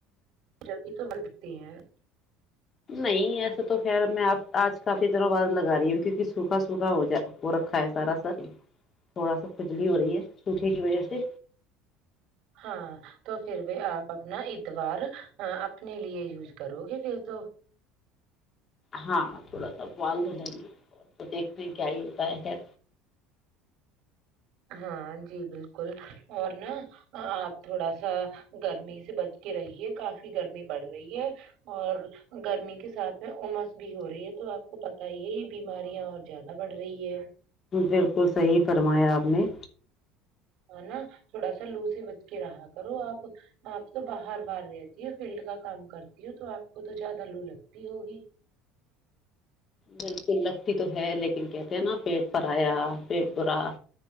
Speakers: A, on the right; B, on the left.
A: جبی تو بنتی ہیں
B: نہیں ایسے تو خیر میں آپ آج کافی دنوں بعد لگا رہی ہوں کیونکہ سوکھا سوکھا ہو جا ہو رکھا ہے سارا سر تھوڑا سا کھجلی ہو رہی ہے سوٹے کی وجہ سے
A: ہاں تو پھر بھی آپ اپنا اتوار اپنے لیے یوز کرو گے پھر تو
B: ہاں تھوڑا سا بال د ہو جائیں گے دیکھنے کیا ہی ہوگ ب کیا
A: ہاں جی بالکل اور نا آپ تھوڑا سا گرمی سے بچ کے رہیے کافی گرمی پڑ رہی ہے اور گرمی کے ساتھ میں امس بھی ہو رہی ہے تو آپ کو پت ہی ہے یہ بیماریاں اور زیادہ بڑھ رہی ہے
B: بالکل صحی تھا فرمایا آپ نے
A: ہ نا تھوڑا سا لوس ہی ب کے رہا کرو آپ آپ تو باہر باہار رہتی ہو فیلڈ کا کام کرتی ہو تو آپ کو تو زیادہ لو لگتی ہوگی
B: بالکل لگتی تو ہے لیکن کہتے ہیں نا پیٹ پر آیا پیٹ برا